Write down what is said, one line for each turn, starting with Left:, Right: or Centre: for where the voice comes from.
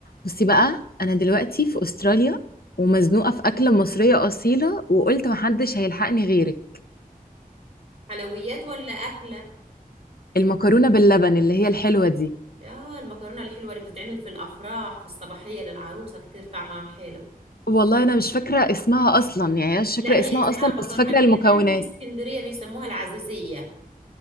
Left: بصي بقى انا دلوقتي في استراليا ومزنوقه في اكله مصريه اصيله وقلت محدش هيلحقني غيرك
Right: حلويات ولا أكلة
Left: المكرونه باللبن اللي هي الحلوه دي
Right: آه المكرونة الحلوة اللي بتتعمل في الأفراح في الصباحية للعروسة كتير طعمها حلو
Left: والله انا مش فاكره اسمها اصلا يعني أنا مش
Right: لا
Left: فاكره
Right: هي
Left: اسمها
Right: اسمها
Left: اصلا
Right: مكرونة
Left: بس فاكره
Right: باللبن
Left: المكونات
Right: وفي اسكندرية بيسموها العزيزية